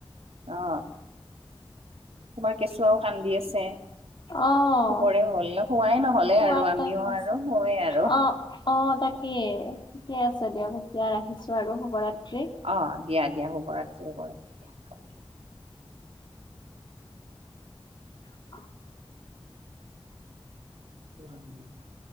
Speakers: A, on the right; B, on the left.
A: অ, তোমাৰ কেঁচুৱাও কান্দি আছে। শুবৰে
B: অ',
A: হ'ল শোৱাই নহ'লে
B: শুৱাৰ
A: আৰু আমিও
B: টাইম হৈছে।
A: আৰু শুৱেই আৰু।
B: অ', অ, তাকেই ঠিকে আছে দিয়ক এতিয়া ৰাখিছো আৰু শুভৰাত্ৰি।
A: অ, দিয়া দিয়া শুভৰাত্ৰি শুভৰাত্ৰি দিয়া হ'ব দিয়া।
B: <unintelligible>
A: <inaudible>